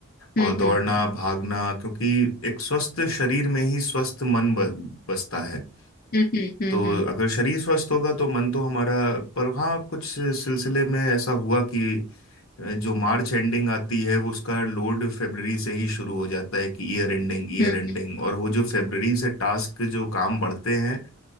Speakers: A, on the left; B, on the left.
A: हम्म
B: और दौड़ना भागना क्योंकि एक स्वस्थ शरीर में ही स्वस्थ मन ब, बसता है
A: हम्म हम्म हम्म
B: तो अगर शरीर स्वस्थ होगा तो मन तो हमारा पर हाँ कुछ सिलसिले में ऐसा हुआ कि जो मार्च एंडिंग आती है वो उसका लोड फरवरी से ही शुरू हो जाता है कि ईयर एंडिंग ईयर
A: हम्म
B: एंडिंग और वो जो फरवरी से टास्क जो काम बढ़ते हैं